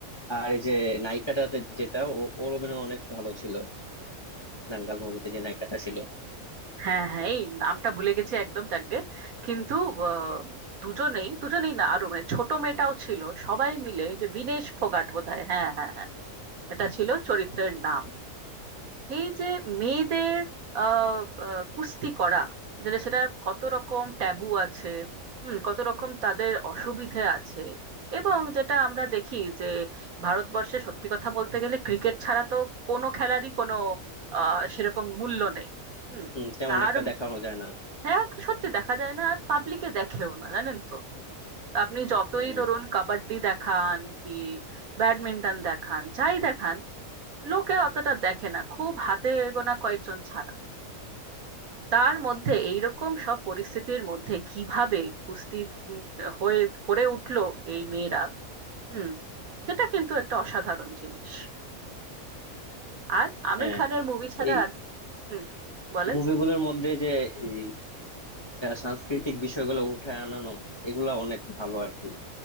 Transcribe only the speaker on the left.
আর এই যে নায়িকাটাতে যেটা ও- ওর অভিনয় অনেক ভালো ছিল দাঙ্গাল মুভিতে যে নায়িকাটা ছিল
হম তেমন
একটা দেখানো যায় না
হম
হ্যাঁ
এই
মুভিগুলোর মধ্যে যে এই সাংস্কৃতিক বিষয়গুলো উঠে আনানো এগুলা অনেক ভালো আর কি